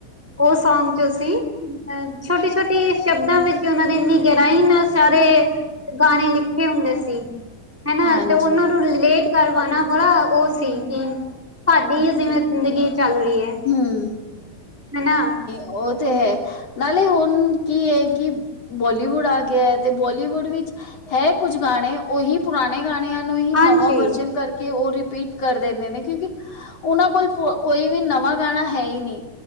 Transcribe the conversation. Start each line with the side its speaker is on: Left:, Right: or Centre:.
Centre: ਉਹ ਸੌਗ ਚ ਅਸੀ। ਅ ਛੋਟੇ-ਛੋਟੇ ਸ਼ਬਦਾਂ ਵਿੱਚ ਉਹਨਾਂ ਦੀ, ਇੰਨੀ ਗਹਿਰਾਈ ਨਾਲ ਸਾਰੇ। ਗਾਣੇ ਲਿਖੇ ਹੁੰਦੇ ਸੀ, ਹੈਨਾ।
Left: ਹਾਂਜੀ
Centre: ਲੇਟ ਕਰ ਪਾਉਣਾ ਬੜਾ ਉਹ ਸੀ ਕਿ, ਸਾਹਡੀ ਜਿਵੇਂ ਜ਼ਿੰਦਗੀ ਚੱਲ ਰਹੀ ਹੈ।
Left: ਹਮ।
Centre: ਮੈਂ ਨਾ
Left: ਉਹ ਤੇ ਹੈ। ਨਾਲੇ ਹੁਣ ਕੀ ਏ ਕਿ ਬੋਲੀਵੁੱਡ ਆ ਗਿਆ ਹੈ, ਤੇ ਬੋਲੀਵੁੱਡ ਵਿੱਚ। ਹੈ ਕੁੱਝ ਗਾਣੇ, ਉਹੀ ਪੁਰਾਣੇ ਗਾਣਿਆਂ ਨੂੰ ਹੀ
Centre: ਹਾਂਜੀ
Left: ਨਵਾਂ ਵਰਜਨ ਕਰ। ਕਿ ਉਹ ਰਿਪੀਟ ਕਰ ਦਿੰਦੇ ਨੇ ਕਿਉਂਕਿ ਉਹਨਾਂ ਕੋਲ ਕੋਈ ਵੀ ਨਵਾਂ ਗਾਣਾ ਹੈ ਹੀ ਨਹੀਂ।